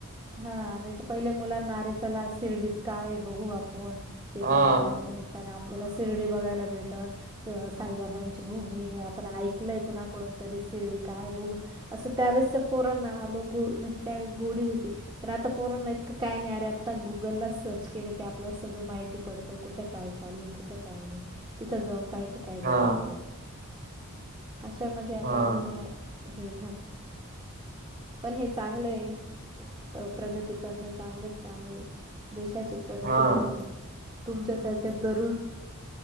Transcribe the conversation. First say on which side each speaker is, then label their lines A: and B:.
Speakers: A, on the right; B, on the right.
A: हा नाही तर पहिले मुलां नारेचाला शिर्डीत काय बघू आपण याच्या
B: हा
A: लग्नाच्या निमित्ताने आपल्याला शिर्डी बघायला भेटन अ साईबाबांची भूमी आपण ऐकलय कुणाकडून तरी शिर्डी काय बघू. असं त्यावेळेसच्या पोरांना आलो गो म्हणजे त्यावेळेस गोडी होती. पण आता पोरणत काय नाही अरे आता गुगलला सर्च केलं की आपल्याला सगळं माहिती पडतय कुठे काय चालून कुठ काय नाही तिथं जाऊन पाहिजे. काय
B: हा
A: गरज आहे अशामध्ये आता
B: हा
A: दुनिया हे पण हे चांगलंय प्रगती करणं चांगलंच काम आहे देशाचे प्रगती
B: हा
A: होईल तुमच्यासारख्या तरुड